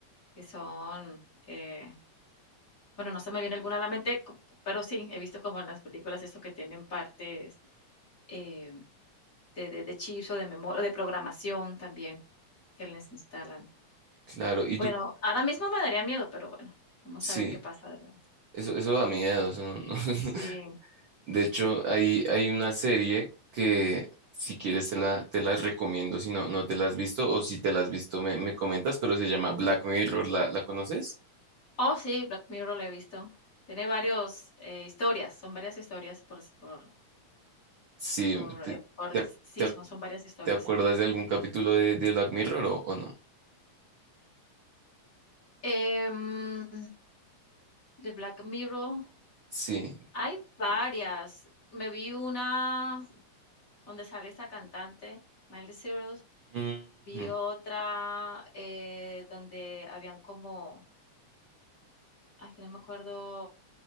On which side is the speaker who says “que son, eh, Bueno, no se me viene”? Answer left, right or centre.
Left